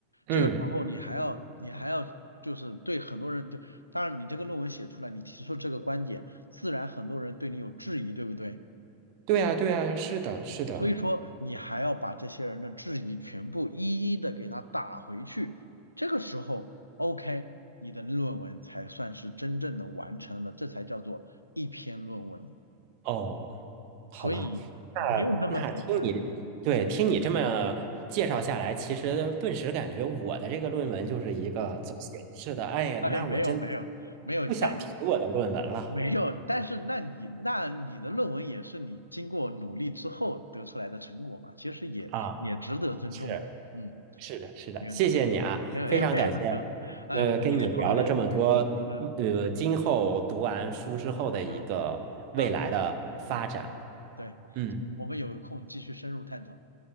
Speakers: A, on the right; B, on the left.
A: 嗯，
B: 这个时候你还要你还要就是对很多人就，当然你这个论文写出来，你提出这个观点，自然很多人对你有质疑，对不对？
A: 对啊对啊，是的，是的，
B: 所以说你还要把这些人的质疑全部一一的给他打回去，这个时候 OK，你的论文才算是真正的完成了，这才叫做一篇论文。
A: 哦，好吧。
B: 所以没有那么简单，
A: 那那听你对听你这么介绍下来，
B: 嗯，
A: 其实顿时感觉我的这个论文就是一个走形式的。哎呀，
B: 哎，
A: 那我真
B: 没有没有没有，
A: 不想提我的论文了
B: 但没有，但是那你那你的论文也是你经过努力之后得出来的成果嘛，其实也也值得尊重的。
A: 啊！是
B: 嗯，
A: 是的，是的，
B: 行行
A: 谢谢你啊，
B: 行，哎，
A: 非常感谢。
B: 没有没有，哎，
A: 呃，
B: 我们今天讨论这个很，
A: 跟你聊了这么多，
B: 嗯，
A: 嗯呃，今后读完书之后的一个未来的发展。
B: 是打，嗯，对，
A: 嗯
B: 我们有空继续深入探讨。